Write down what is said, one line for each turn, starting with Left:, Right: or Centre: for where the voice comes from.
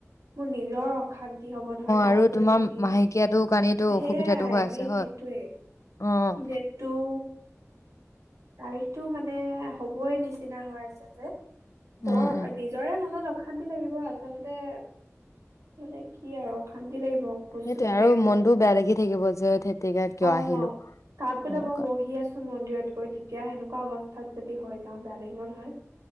Right: মোৰ নিজৰ অশান্তি হব নহয় তাত
Left: আৰু
Right: গৈ
Left: তোমাৰ
Right: যদি।
Left: মাহেকীয়াটোৰ কাৰণেতো
Right: হেয়াই,
Left: অসুবিধাটো হৈ আছে
Right: মেইন
Left: হয়
Right: হেটোৱে।
Left: অ'।
Right: দেটটো তাৰিখটো মানেএ, হ'বই নিচিনা হৈ আছে যে।
Left: উম,
Right: বৰ
Left: উম।
Right: নিজৰে মনত অশান্তি লাগিব আচলতেএ, মানে কি আৰু অশান্তি লাগিব খোজ
Left: সেইটোয়ে
Right: চোজ
Left: আৰু
Right: কাঢ়িবলৈ
Left: মনতটোও
Right: বা
Left: বেয়া লাগি থাকিব যে। যে ধেত তেৰিকা কিয়
Right: অ'।
Left: আহিলোঁ
Right: তাত বোলে
Left: সেনেকুৱা।
Right: মই বহি আছো মন্দিৰত গৈ তেতিয়া হেনেকুৱা অৱস্থাত যদি হৈ যাওঁ বেয়া লাগিব নহয়।